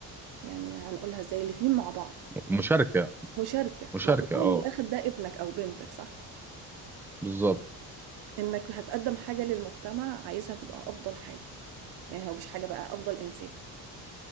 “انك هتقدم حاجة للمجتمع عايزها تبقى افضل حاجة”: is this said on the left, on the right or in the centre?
Right